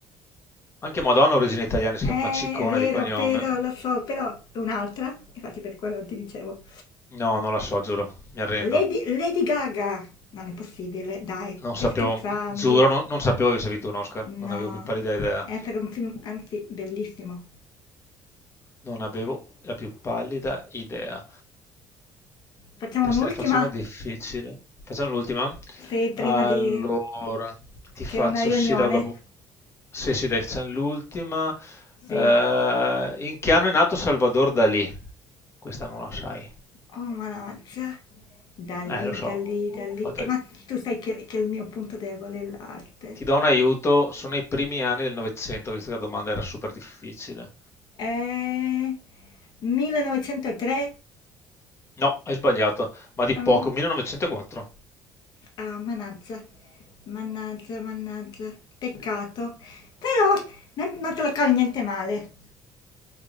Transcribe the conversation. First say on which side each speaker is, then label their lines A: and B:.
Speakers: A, on the left; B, on the left.
A: Anche Madonna ha origini italiane, si
B: È
A: chiama Ciccone
B: vero,
A: di cognome.
B: però lo so, però è un'altra, infatti per quello ti dicevo.
A: No, non la so, giuro, mi arrendo.
B: Lady, Lady Gaga! Non è possibile, dai,
A: Non
B: stai
A: sapevo,
B: scherzando.
A: giuro, non, non sapevo che avesse vinto un Oscar, non
B: No,
A: avevo più pallida idea.
B: è per un film, anzi, bellissimo.
A: Non avevo la più pallida idea.
B: Facciamo
A: Adesso
B: un'ultima?
A: te ne faccio una difficile. Facciamo l'ultima.
B: Sì, prima
A: Allora,
B: di...
A: ti faccio
B: che ho una riunione.
A: sì da- dopo. Sì, sì, dai, facciamo l'ultima.
B: Sì.
A: Eh, in che anno è nato Salvador Dalì? Questa non la sai.
B: Oh, mannaggia. Da lì,
A: Eh, lo so,
B: da lì, da
A: ho
B: lì.
A: fatto-
B: Eh, ma tu sai che, che il mio punto debole è l'arte.
A: Ti do un aiuto, sono i primi anni del Novecento, visto che la domanda era super difficile.
B: Eh, 1903?
A: No, hai sbagliato, ma di poco,
B: Mm,
A: 1904.
B: ah, mannaggia, mannaggia, mannaggia, peccato. Però non, non te lo cavi niente male.